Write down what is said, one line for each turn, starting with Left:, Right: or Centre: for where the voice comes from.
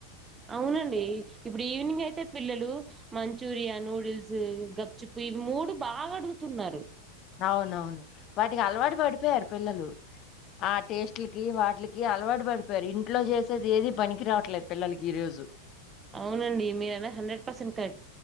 Right: అవునండి ఇప్పుడు ఈవినింగ్ అయితే పిల్లలు మంచూరియా నూడిల్స్ గప్చిప్ ఇవి మూడు బాగా అడుగుతున్నారు
Left: అవునవును వాటికి అలవాటు పడిపోయారు పిల్లలు ఆ టేస్ట్లకి వాటికి అలవాటు పడిపోయారు ఇంట్లో చేసేది ఏది పనికి రావట్లేదు పిల్లలకి ఈ రోజు
Right: అవునండి మీరన్న హండ్రెడ్ పర్సెంట్ కరెక్ట్